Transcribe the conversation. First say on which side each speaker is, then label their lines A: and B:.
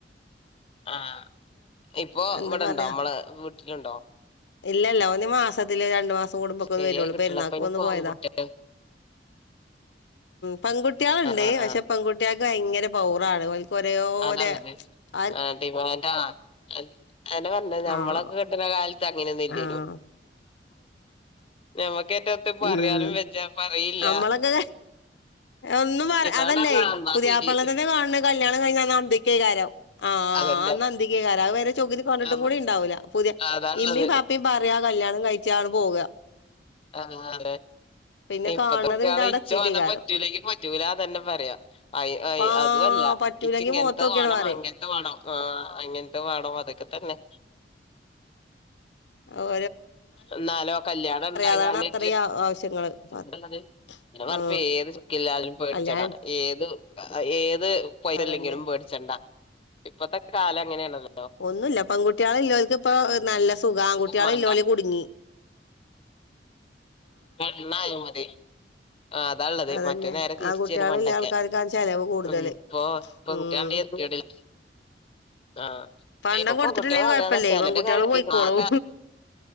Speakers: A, on the left; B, on the left.
A: ആഹ ഇപ്പോ
B: എന്താ
A: ഇവിടെ
B: പറയാ
A: ഇണ്ടോ നമ്മള് വീട്ടിലുണ്ടോ
B: ഇല്ലല്ല ഒന്ന് മാസത്തില് രണ്ട മാസം കുടുംബക്കെ
A: ശരിയായി
B: വരു
A: കിട്ടില്ല
B: പെരുന്നാൾക്ക്
A: അപ്പൊ അയിന്
B: വന്നു
A: പെൺകുട്ടി
B: പോയതാ പെൺകുട്ടികൾ ഉണ്ട്
A: ആഹ് ആഹ്
B: പക്ഷേ
A: ആഹ്
B: പെൺകുട്ടിക ഭയങ്കര പൗറാണ് കൊരെയോര
A: അതാള്ളത്
B: ആ
A: <unintelligible>
B: ആഹ്
A: അങ്ങനെയൊന്ന ഇല്ലരോ
B: ആഹ്
A: നമക്ക് <unintelligible> റ്റത്ത് ഇ പറയാനും
B: ഉം
A: വെച്ച പറയില്ല
B: നമ്മളൊക്കെ ഒന്നും പറ
A: ഇതാണ്
B: അതല്ലേ
A: പറഞ്ഞ ആ ന്നാ
B: പുതിയാപൾനെ
A: ശരി
B: തന്നെ കാണണ് കല്ല്യാണം കഴിഞ്ഞഅന്ന് കേകാരം ആ
A: അതന്നെ
B: അന്നന്തിക് കാരഅഹ് വരെ ചൊഗ് ന് കൊഞ്ഞിട്ടും
A: അതാ
B: കൂടി ണ്ടാവൂല്ല പുതിയ
A: അതാള്ളത്
B: ഇമ്മീ പാപ്പിമ് പറയാ കല്യാണം കഴി ച്ച അാണ്പോവ
A: ആഹ് അതെ
B: പിന്നെ
A: ഇപ്പത്തെ
B: കാണുന്നത്
A: കുട്ട്യേള്
B: പിന്നെ അവിടെ
A: ഇച്
B: എത്തിയിട്ടേക്കാരം
A: ഓനെ പറ്റൂലങ്കി പറ്റൂലന്നെന്നെ പറയഐ ഐ
B: ആ
A: അതു അല്ല
B: പറ്റൂലെങ്കി
A: ഇച്ചിങ്ങൻത്തെ
B: മുഖത്തോക്കിയാണ്
A: വാണം
B: പറയും
A: അങ്ങൻത്തെ വേണം ആ അങ്ങൻത്തെ വാണം അതൊക്കെ തന്നെ
B: ഓ
A: എന്നാലോ കല്യാണം എന്തായാല്
B: അതാണ് അത്രയും ആ- ആവശ്യങ്ങള്
A: <unintelligible>
B: പ- ആ
A: ഏത് സുഖില്ലാല്ലും പേടിച്ചണം
B: കല്യാണം
A: ഏത് അ ഏ ത് പോയലല്ലെങ്കിലും
B: അതന്നെ
A: പേടിച്ചണ്ട ഇപ്പത്തെ കാലം ങ്ങനെയാള്ളത്
B: ഒന്നുല്ല പെൺകുട്ട്യോളില്ലോൽക് പ്പ നല്ല സുഖ ആൻകുട്ട്യോളില്ലോല്
A: ചുക്കും വേണ്ട
B: കുട്ങ്ങി
A: പെണ്ണായ മതി ആ അതാള്ളത്
B: അതന്നെ
A: മറ്റേ നേരെ തിരിച്ചെനു
B: ആൺകുട്ടികളില്ല
A: പണ്ടൊക്കെ
B: ആൾക്കാർക്കാണ് ചെലവ് കൂടുതല്
A: ഉം പ്പൊ പ്പൊ
B: ഉം
A: <unintelligible>
B: പണ്ടം
A: ഇപ്പൊ
B: കൊടുത്തിട്ടില്ലെങ്കി
A: പെൺകുട്ടികള
B: കൊഴപ്പല്ലേ
A: <unintelligible> ചെലന്റെ
B: പെൺകുട്ടികള്
A: കാര്യ <unintelligible>
B: പോയിക്കോളും